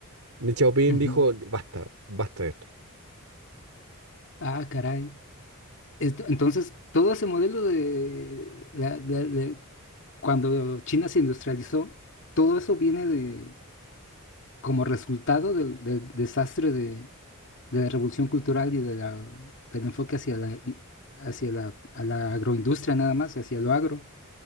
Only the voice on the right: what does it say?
Deng Xiaoping
dijo, basta, basta de esto.